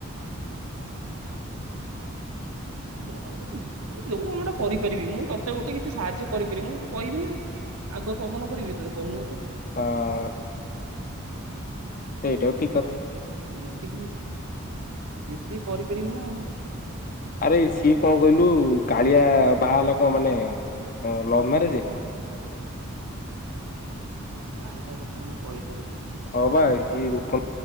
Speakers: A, on the right; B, on the left.
A: କ ମୋ ଯୋଉ କାମଟା କରିପାରିବି ମୁଁ ତତେ ଗୋଟେ କିଛି ସାହାଯ୍ୟ କରିପାରିବି ମୁଁ ତତେ କହିବି ନା। ଆଗ ପବନ କରିବି ତତେ କହୁନୁମତେ <unintelligible>
B: ହ <inaudible> ସେଇଟାଉ ଠିକ କଥା।
A: ଯେତିକି ଯେତିକି କରିପାରିବି ନା ଆଉ।
B: ଆରେ ସିଏ କଣ କହିଲୁ କାଳିଆ ବାହା ହେଲା କଣ ମାନେ ଲଭ ମ୍ୟାରେଜ?
A: କାଳିଆ କଥା ମୁଁ କହିପାରିବିନି।
B: ହଁ ବା ଇଏ ଉପ